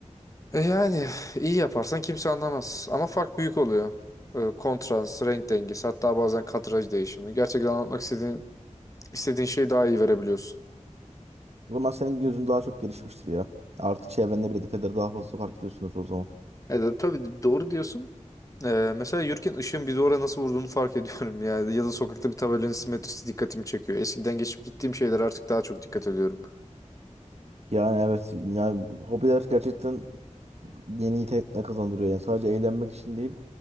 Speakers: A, on the left; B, on the right.
A: E yani iyi yaparsan kimse anlamaz ama fark büyük oluyor. E, kontrast, renk dengesi hatta bazen kadraj değişimi. Gerçekten anlatmak istediğin, istediğin şeyi daha iyi verebiliyorsun.
B: O zaman senin gözün daha çok gelişmiştir ya. artık çevrende bile detayları daha fazla fark ediyorsunuz o zaman.
A: E de, tabii doğru diyorsun. E, mesela yürürken ışığın bir duvara nasıl vurduğunu fark ediyorum <laughs> yani. Ya da sokakta bir tabelanın simetrisi dikkatimi çekiyor. Eskiden geçip gittiğim şeyler artık daha çok dikkat ediyorum.
B: Yani evet yani hobiler gerçekten yeni yetenekler kazandırıyor yani. Sadece eğlenmek için değil